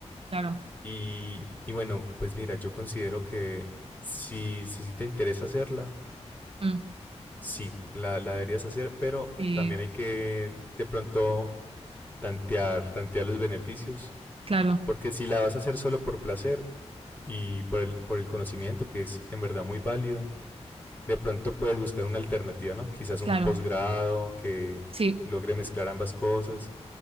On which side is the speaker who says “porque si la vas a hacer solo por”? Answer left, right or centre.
Left